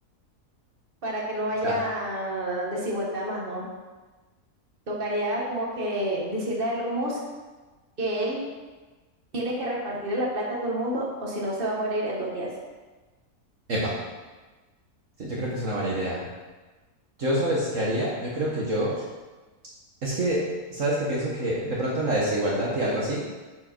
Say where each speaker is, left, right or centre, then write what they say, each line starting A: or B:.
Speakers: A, on the right (about 35°); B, on the right (about 55°).
A: para que no haya
B: O sea,
A: desigualdad más, ¿no? Tocaría como que decirle a Elon Musk que él tiene que repartirle la plata a todo el mundo o si no se va a morir en dos días.
B: epa, sí, yo creo que es una buena idea. Yo, ¿sabes qué haría? Yo creo que yo, es que, ¿sabes qué pienso? Que de pronto la desigualdad y algo así,